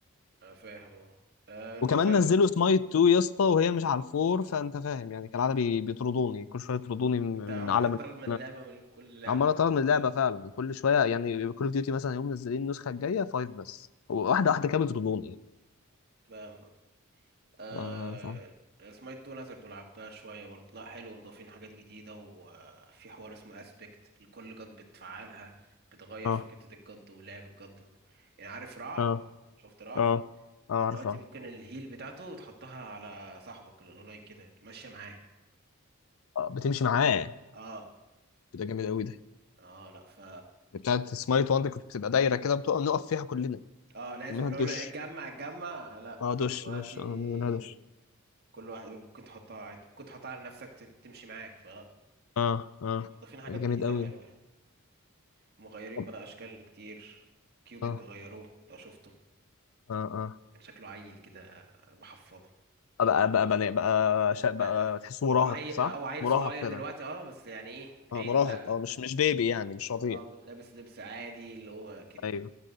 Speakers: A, on the right (about 50°); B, on the left (about 75°).
A: آه فاهم اه آه، نزلت
B: وكمان نزلوا سمايت 2 يا اسطى وهي مش على الفور فانت فاهم يعني كالعاده بي- بيطردوني كل شويه يطردوني من
A: انت عمال
B: من عالم
A: تطرد من اللعبة
B: ال-
A: من كل لعبة
B: عمال اطرد من اللعبه فعلا كل شويه يعني كل اوف ديوتي مثلا يوم منزلين النسخه الجايه فايف بس واحده
A: مم.
B: واحده كده بيطردوني
A: فاهم آه
B: ف- ف-
A: اسمها تو نزلت ولعبتها شوية برضه لا حلو ومضافين حاجات جديدة وفي حوار اسمه اسبكت لكل جد بتفعلها بتغير
B: اه
A: في كتة الجد ولعب الجد ده يعني عارف رع
B: اه
A: شفت رع
B: اه اه
A: دلوقتي
B: عارفها
A: ممكن الهيل بتاعته تحطها على صاحبك اللي قريب كده تمشي معاه
B: آه بتمشي معاه
A: اه
B: ده جامد قوي ده
A: اه لا ف
B: بتاعت سمايت وان دي كنت بتبقى دايره كده بتقع نقف فيها كلنا
A: اه لازم
B: منها
A: لو
B: الدش
A: لا اتجمع اتجمع لا
B: اه
A: ده
B: دش
A: دلوقتي
B: دش اه منها دش
A: كل واحد ممكن تحطها عادي ممكن تحطها على نفسك تت- تمشي معاك فلا
B: اه اه
A: مضافين حاجات
B: ده جامد
A: جديدة
B: قوي
A: حلوة يعني مغيرين
B: طب
A: بقى اشكال كتير كيوبيد
B: اه
A: غيروه لو شفته
B: اه اه
A: كان شكله عيل كده بحفاضه
B: آه، بقى بقى بقى بقى, شا-
A: بقى-
B: بقى تحسه مراهق
A: عيل
B: صح؟
A: او عيل
B: مراهق
A: صغير
B: كده
A: دلوقتي اه بس يعني ايه
B: اه
A: عيل
B: مراهق
A: لا
B: اه مش مش بيبي يعني مش رضيع
A: اه لابس لبس عادي اللي هو كده
B: ايوه